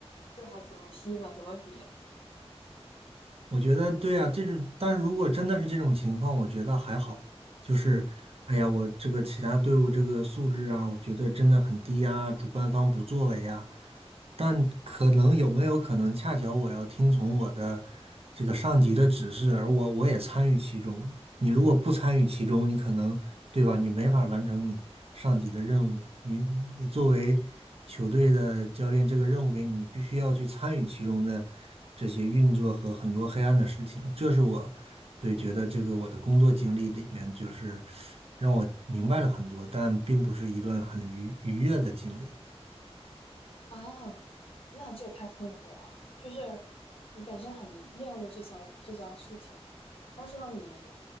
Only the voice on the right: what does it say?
我觉得对啊，这种，但如果真的是这种情况，我觉得还好。就是，
哎呀，我这个其他队伍这个素质啊，我觉得真的很低啊，主办方不作为啊。但可能有没有可能，恰巧我要听从我的这个上级的指示，而我我也参与其中了。你如果不参与其中，你可能，对吧？你没法完成你上级的任务。你你作为球队的教练，这个任务给你，你必须要去参与其中的这些运作和很多黑暗的事情。这是我对觉得这个我的工作经历里面，就是让我明白了很多，但并不是一段很愉愉悦的经历。